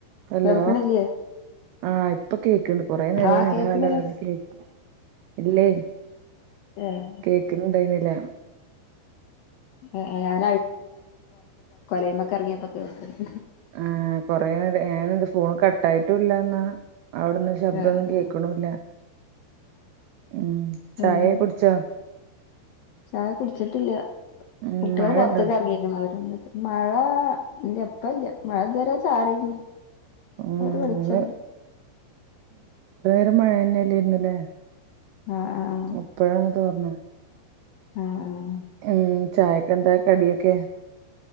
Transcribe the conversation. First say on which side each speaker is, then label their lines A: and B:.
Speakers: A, on the right; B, on the left.
A: hello
B: കേൾക്കണില്ലേ
A: ആഹ് ഇപ്പ കേൾക്ക്ണ് കൊറെേ നേരായി
B: ആഹ്
A: ഹലോ
B: കേക്കണില്ലേ
A: ഹലോ എന്ന് കേ ഇല്ലേ
B: ഏഹ്
A: കേക്കുന്നുണ്ടായിന്നുല്ല
B: ആ ആ ഞാൻ രാവിലെ <unintelligible>
A: ആ കൊറെ നേരം ഞാൻ എന്ത് ഫോണ് കട്ടായിട്ടുല്ലന്നാ അവിടന്നും ശബ്തൊന്നും
B: ആഹ്
A: കേക്കണുല്ല ഉം ചായ
B: എന്ത്
A: കുടിച്ചോ
B: ചായ കുടിച്ചിട്ടില്ല
A: ഉം
B: കുട്ടികൾ
A: മഴണ്ടോ
B: പുറത്തൊക്കെ ഇറങ്ങിരിക്കണ് അവരന്നിട്ട് മഴ ഇല്ല എപ്പല്ല മഴ ട്ടാറിന്ന്
A: ഉം
B: അവര് വിളിച്ചിണ്ട്
A: ഇന്ന് എവിടെ മഴന്നെല്ലേന്നല്ലേ
B: ആഹ് ആഹ്
A: എപ്പഴാന്ന് തോർന്ന
B: ആഹ് ആഹ്
A: ഉം ചായൊക്കെന്താ കടിയൊക്കെ